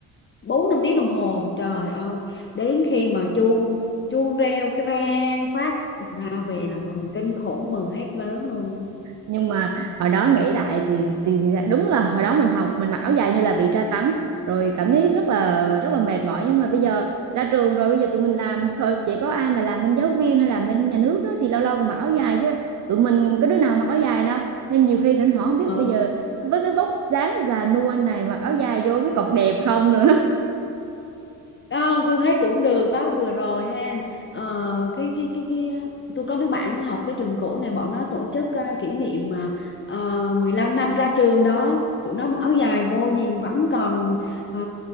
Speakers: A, on the left; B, on the right.
A: bốn năm tiếng đồng hồ trời ơi đến khi mà chuông chuông reo cái rang phát ra về là mừng kinh khủng mừng hết lớn luôn
B: nhưng mà hồi đó nghĩ lại thì, thì thì đúng là hồi đó mình học mình mặc áo dài như là bị tra tấn rồi cảm thấy rất là rất là mệt mỏi nhưng mà bây giờ ra trường rồi bây giờ tụi mình làm khờ- chỉ có ai mà làm bên giáo viên hay làm bên nhà nước á, thì lâu lâu còn mặc áo dài chứ tụi mình có đứa nào mặc áo dài đâu nên nhiều khi thỉnh thoảng không biết
A: ừ
B: bây giờ với cái vóc dáng già nua này mặc áo dài vô biết còn đẹp không nữa
A: Không, tôi thấy cũng được đó vừa rồi ha ờ, cái cái cái cái tôi có đứa bạn nó học cái trường cũ này bọn nó tổ chức ờ, kỷ niệm mà ờ, 15 năm ra trường đó tụi nó mặc áo dài vô nhìn vẫn còn ờ,